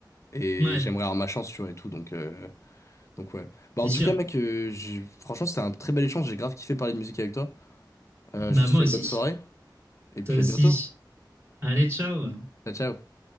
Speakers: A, on the left (about 40°); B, on the right (about 35°).
A: Et
B: Ouais,
A: j'aimerais avoir ma chance, tu vois et tout, donc euh, donc ouais. Bah
B: c'est
A: en
B: sûr.
A: tout cas mec, euh, j'ai- franchement c'était un très bel échange, j'ai grave kiffé parler de musique avec toi. Euh,
B: Bah,
A: je te
B: moi
A: souhaite
B: aussi.
A: une bonne soirée et puis
B: Toi aussi.
A: à bientôt.
B: Allez, ciao.
A: Ciao, ciao.